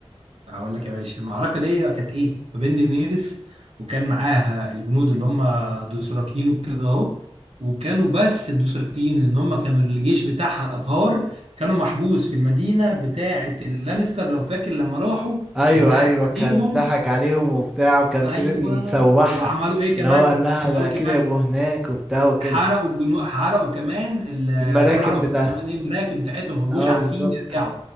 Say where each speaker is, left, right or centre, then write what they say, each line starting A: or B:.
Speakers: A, on the right; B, in the centre.
A: هقول لك يا باشا المعركة دي كانت ايه ما بين دينيرس وكان معاها الجنود اللي هم دوثراكيين وكده اهو وكانوا بس الدوثراكيين لان هم كانوا الجيش بتاعها الابهار كانوا محبوس في المدينة بتاعة اللانستر لو فاكر لما راحوا
B: ايوه
A: واتضحك
B: ايوه
A: عليهم
B: كان ضحك عليهم وبتاع وكان
A: ايوه
B: تيرن سوحها
A: وعملوا ايه كمان
B: اللي هو قال لها
A: عملوا
B: ده اكيد
A: إيه كمان
B: هيبقوا هناك وبتاع وكده
A: حرقوا الجنو حرقوا كمان ال-
B: المراكب
A: حرقوا
B: بتاعها
A: كمان ايه المراكب بتاعتهم فما
B: اه
A: بقوش عارفين
B: بالظبط
A: يرجعوا